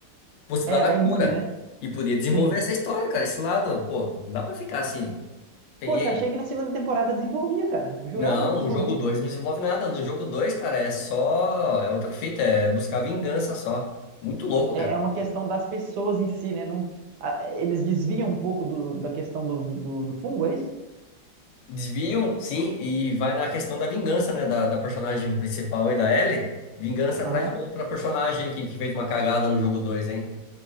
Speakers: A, on the left; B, on the right.
A: possibilidade
B: É, ela
A: da
B: é imune,
A: cura.
B: né?
A: E podia desenvolver
B: Sim.
A: essa história, cara. Esse lado, pô, não dá pra ficar assim. Peguei.
B: Poxa, achei que na segunda temporada desenvolvia, cara. Eu Jurava
A: Não,
B: que desenvolvia.
A: no jogo 2 não desenvolve nada. No jogo 2, cara, é só. É outra fita, é buscar vingança só. Muito louco,
B: é,
A: cara.
B: é uma questão das pessoas em si, né? Não, a- eles desviam um pouco do- da questão do, do, do fungo, é isso?
A: Desviam, sim, e vai na questão da vingança, né? Da, da personagem principal aí, da Ellie. Vingança atrás
B: Aham,
A: de uma outra personagem que, que fez uma cagada no jogo dois hein?